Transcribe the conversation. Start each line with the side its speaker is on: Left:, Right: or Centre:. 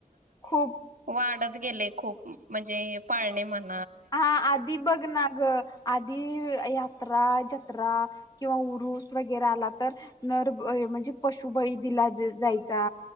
Left: खूप
Right: पाडत गेले खूप म्हणजे पाळणे म्हण
Left: हा आधि बग नाग आधी यात्रा जत्रा किंवा उरुस वगैरे आला तर नर म्हणजे पशुबळी दिला जायचा